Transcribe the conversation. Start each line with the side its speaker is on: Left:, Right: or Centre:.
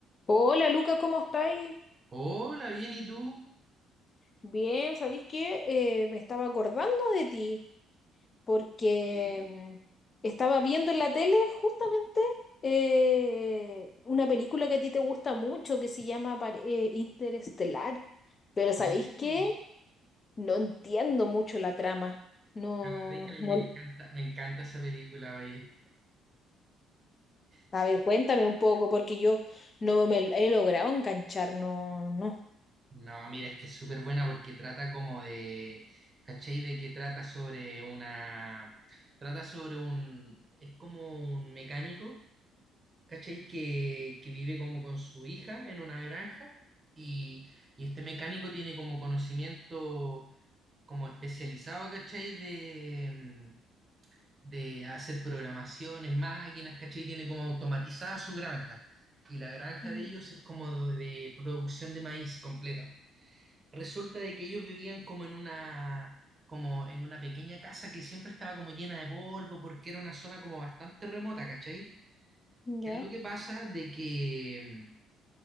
Left: Hola Luca, ¿cómo estáis?
Right: Hola, bien, ¿y tú?
Left: Bien, ¿sabéis qué? Eh, me estaba acordando de ti porque
Right: Sí,
Left: mm, estaba viendo en la tele justamente eh, una película que a ti te gusta mucho que se llama pare- eh, Interestelar, pero
Right: sí,
Left: ¿sabéis
Right: bu.
Left: qué? No entiendo mucho la trama. No,
Right: ¿Te acordáis que a mí
Left: no,
Right: me encanta, me encanta esa película, oye? Sí,
Left: a ver, cuéntame un poco porque yo no me he logrado enganchar, no, no.
Right: No, mira, es que es súper buena porque trata como de, ¿cachai? De que trata sobre una, trata sobre un, es como un mecánico, ¿cachai? Que, que vive como con su hija en una granja y, y este mecánico tiene como conocimiento como especializado, ¿cachai? De, de hacer programaciones, máquinas, ¿cachai? Tiene como automatizada su granja. Y la granja
Left: Mm,
Right: de ellos es como de, de producción de maíz completa. Resulta de que ellos vivían como en una, como en una pequeña casa que siempre estaba como llena de polvo porque era una zona como bastante remota, ¿cachai?
Left: Ya,
Right: ¿Qué es lo que pasa? De que en